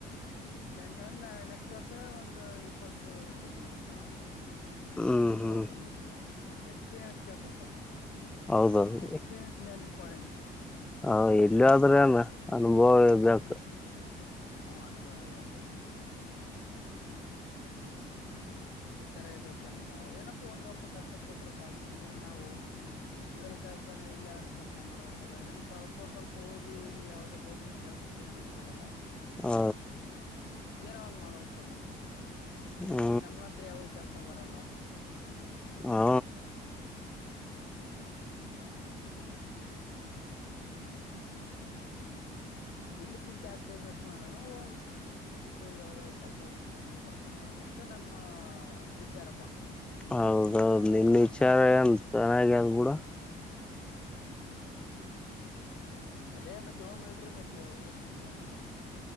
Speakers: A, on the left; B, in the centre.
A: ಎಂಟ ಒಂದ ನೆಕ್ಸ್ಟ್ ವರ್ಷ ಒಂದ್ ಇಪ್ಪತ್ತು ಇಪ್ಪತ್ತೊಂದುರ ತನಾ ಆತ
B: ಹ್ಮ್
A: ಒಂದವರ್ಷ
B: ಹ್ಮ್
A: ಮುಟ್ಟಿದ ಎಕ್ಸ್ಪೀರಿಯನ್ಸ್ ಕಳ್ತಾರೆ ಫಸ್ಟ್
B: ಹೌದೌದು
A: ಎಕ್ಸ್ಪೀರಿಯನ್ಸ್ ಮೇನ್ ಇಂಪೋರ್ಟೆಂಟ್
B: ಹ ಇಲ್ಲಾದ್ರೆನ ಅನುಭವ ಇರ್ಬೇಕ
A: ಹ ಅನುಭವಿರಬೇಕ ಈ ತರ ಇದೆ ಕೆಲ್ಸ ಏನಪ್ಪ ಒಂದ್ ವರ್ಷ ಕಷ್ಟ ಪಟ್ರ ಸಾಕನ್ನೆನ ನಾವು ಮಿಡಲ್ ಕ್ಲಾಸ್ ಜನ ಎಲ್ಲಾದ್ರ ಕೆಲಸ ಮಾಡಬೇಕಲ್ಲ ಏನ್ ಸ್ವಲ್ಪ ಸ್ವಲ್ಪ ಹೋಯ್ದೀವಿ ಈಗ ಯಾವ್ದೋ ಗೌರ್ಮೆಂಟ್ ಜಾಬ ಸಿಗಂದ್ರ ಸಿಗಲ್ಲಾ
B: ಆ..
A: ಏನ್ ಒಂದ ಮಾಡಬೇಕಕ್ಕಲ್ಲ
B: ಹ್ಮ
A: ಈ ನಮಗಂತ್ ಯಾವ್ದ್ ಕೆಲಸ ಬರಲ್ಲ
B: ಹಾ
A: ಹ ಹ ಇಲ್ಲಿ ಕುಂತ ಆಕಕ್ ಟೈಮ್ ಎಷ್ಟ್ ಮಾಡಾರ ಹೋಗ ಯಾವ್ದಾದ ಕೆಲಸ ಹುಡಿಕ ಕೆಲಸ ಮಾಡ ಮಾತ್ರ ನನ್ನ ವಿಚಾರಪ್ಪ
B: ಹೌದೌದು ನಿನ್ನ ವಿಚಾರ ಏನ್ ಚೆನ್ನಾಗ ಅದು್ ಕೂಡ
A: ಅದೇ ಮತ್ತೆ ಓಮ್ ನಲ್ಿ ಮತ್ತೆ ಇವಾಗ ತಿನ್ಾನ